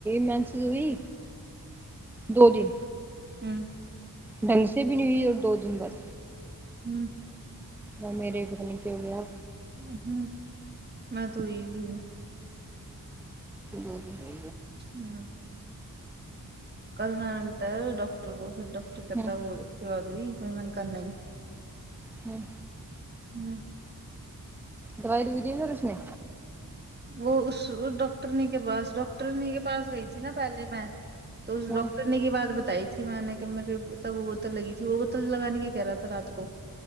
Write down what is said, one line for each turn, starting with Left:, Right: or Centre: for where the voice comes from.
Centre: مینسی ہوئی دو دن
Right: ہوں
Centre: ڈھنگ سے بھی نہیں ہوئی اور دو دن بس
Right: ہوں
Centre: نہ میرے پتہ نہیں کیا ہو گیا
Right: ہون ہوں میں تو ہوئی وی ہوں
Centre: دو دن ہے
Right: ہوں کل میں نے بتایا ڈاکٹر کو پھر ڈاکٹر
Centre: ہوں
Right: کہتا ہو کیا ہوئی میں نے کہا نہی
Centre: ہوں
Right: نہی
Centre: دوائی دی پھر اس نے
Right: وہ اس ڈاکٹرنی کے پاس ڈاکٹرنی کے پاس گئی تھی نا پہلے میں تو اس
Centre: ہوں
Right: ڈاکٹر نی کی بات بتائی تھی میں نے کہ میرے تب وہ بوتل لگی تھی وہ بوتل لگانے کی کہہ رہا تھا رات کو